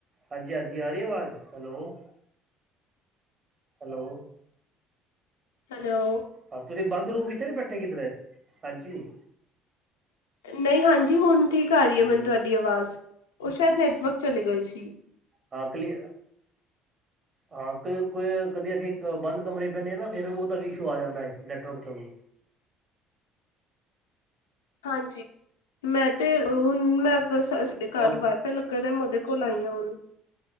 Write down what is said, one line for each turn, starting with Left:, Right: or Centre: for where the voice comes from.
Right: ਹਾਂਜੀ, ਹਾਂਜੀ ਆ ਰੀ ਅਵਾਜ, ਹੈਲੋ? ਹੈਲੋ।
Left: ਹੈਲੋ।
Right: ਹਾ ਤੂਸੀ ਬਾੰਦ ਰੂਮ ਇਚ ਤੇ ਨੀ ਬੈਠੇ ਕਿੱਦਰੇ, ਹਾਂਜੀ?
Left: ਨਹੀ, ਹਾਂਜੀ ਹੁਨ ਠੀਕ ਆ
Right: ਹੈਲੋ,
Left: ਰੀ ਏ ਮੈਨ ਤੂਆਡੀ ਅਵਾਜ, ਓ ਸ਼ਾਏਦ ਨੈਟਵਰਕ ਚਲੇ ਗਏ ਸੀ।
Right: ਹਾਂ ਕਲੀ
Left: <inaudible>
Right: ਹਾਂ ਕੋ, ਕੋਈ ਕਦੀ ਅਸੀ ਬਾੰਦ ਕਮਰੇ ਚ ਬੈਨੇ ਆਂ ਨਾ, ਫੇਰ ਓਦਾ ਵੀ ਇਸ਼ੂ ਆ ਜਾਂਦੈ, ਨੈਟਵਰਕ ਦ ਵੀ।
Left: ਹਾਂਜੀ, ਮੈਂ ਤੇ ਹੁਨ ਮੈਂ ਬਸ ਅਸ ਘਾਰ
Right: ਹੋਰ
Left: ਵਾਈਫਾ ਲਗਾਦੈ, ਮੈਂ ਓਦੇ ਕੋਲ ਆਈ ਆਂ ਹੁਨ,